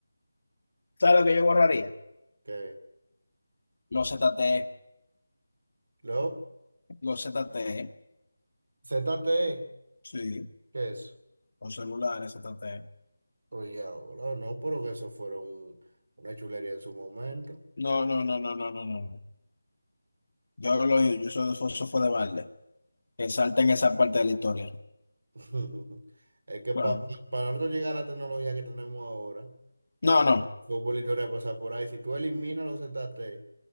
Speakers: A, on the left; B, on the right.
A: ¿Sabes lo que yo borraría?
B: ¿Qué?
A: Los ZTE,
B: ¿Lo?
A: los ZTE.
B: Z ZTE.
A: Sí,
B: ¿Qué es eso?
A: los celulares ZTE.
B: Oye, ahora no, pero que eso fuera un- una chulería en su momento.
A: No, no, no, no, no, no, no. no. Yo lo yo soy eso fue de balde. Que salten esa parte de la historia.
B: <laughs> Es que pa-
A: Bueno,
B: para nosotros llegar a la tecnología que tenemos ahora,
A: no, no.
B: fue por historia pasa por ahí. Si tú eliminas los Z ZTE,